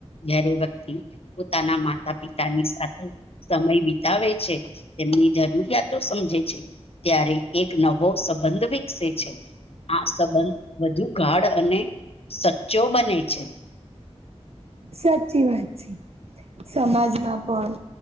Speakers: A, on the left; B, on the right.
A: ઘારે વ્યક્તિ પોતાનામા માતા પિતાની સાથે સમય વિતાવે છે તેમની જરૂરિયાતો સમજે છે ત્યારે એક નવો સંબંધ વિકસે છે. આ સંબંધ વધુ ગાઢ અને સચ્ચો બને છે.
B: સાચી વાત છે સમાજમાં પણ